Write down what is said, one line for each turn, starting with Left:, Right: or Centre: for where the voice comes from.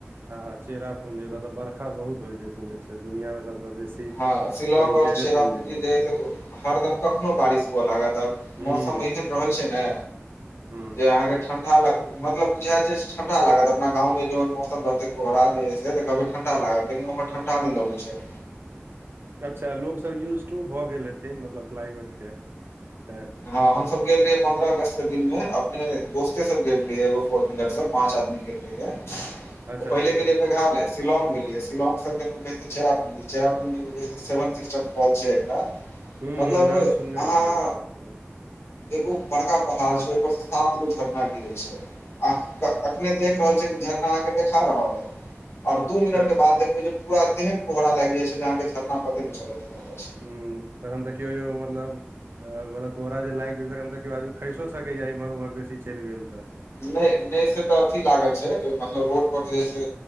Right: आा चेरा पुंजी ओत तऽ वर्षा बहुत होई छै सुनै छै दुनिया सभसँ बेसी
Left: हँ शिलोग
Right: पानि
Left: ओर
Right: चेरे
Left: चेरापुंजी
Right: पूंजी मे होइ
Left: जे
Right: छै
Left: हरदम कखनो बारिश हुआ लागत आब
Right: हूं
Left: मौसम एहन रहैत छै ने
Right: हूं
Left: जे अहाँकेँ ठंडा लागत मतलब बुझाय जे ठंडा लागत अपना गाव जन मौसम रहते कोहरा की ठंडा लागत लेकिन ओ ट नै लगे छै।
Right: अच्छा लोग सभ यूज टू भऽ गेल हेथिन मतलब क्लाइमेट के तै।
Left: हा हम सभ गेल रहियै पंन्द्रह अगस्त के दिन मे अपने दोस्ते सभ गेल रिहे एगो फोर व्हीलर से पाँच आदमी गेल यै।
Right: अच्छा
Left: तै पहिले
Right: अच्छा
Left: गेलियै मेघालय, शिलोग गेलियै, शिलोग से फेर चेरापूंजी, चेरापूंजी मे छै एकटा।
Right: हू
Left: मतलब
Right: हू नाम सुनने
Left: अहाँ
Right: छियै ओकर।
Left: एगो बड़का पहाड़ छै ओय पर से सातगो झरना गिरे छै। आ कऽ अखने देख रहल छियै जे झरना अहाँकेँ देखा रहल ए। और दू
Right: अच्छा
Left: मिनट के बाद देखबे जे पूरा तेहेन कोहरा लाएग जाय छै जे अहाँकेँ झरना पते नै चलत जे कता छै।
Right: हु तहन देखियौ यौ मतलब मतलब कोहरा जे लागै छै तखन तै कियौ आदमी खेसो सकय यै इम्हर-उम्हर बेसी चैल गेल तै।
Left: नै नै से तऽ अथी लागल छै, मतलब रोड पर जे छै